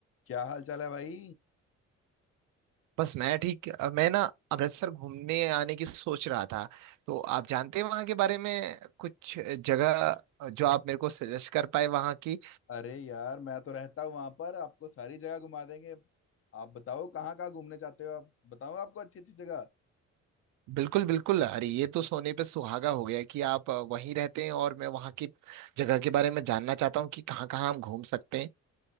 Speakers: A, on the left; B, on the right.
A: क्या हाल चाल है भाई
B: बस मैं ठीक अ, मैं ना अमृतसर घूमने आने की सोच रहा था तो आप जानते हैं वहाँ के बारे में कुछ जगह जो आप मेरे को सजेस्ट कर पाए वहाँ की
A: अरे यार मैं तो रहता हूँ वहां पर आपको सारी जगह घुमा देंगे आप बताओ कहाँ कहाँ घूमने चाहते हो आप बताओ आपको अच्छी अच्छी जगह
B: बिल्कुल बिल्कुल अरे ये तो सोने पे सुहागा हो गया कि आप अ, वहीं रहते हैं और मैं वहाँ की जगह के बारे में जानना चाहता हूँ कि कहाँ कहाँ हम घूम सकते हैं